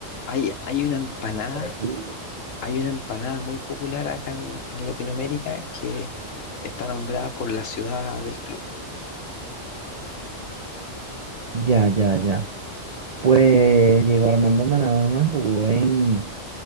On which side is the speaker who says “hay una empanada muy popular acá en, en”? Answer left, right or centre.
Left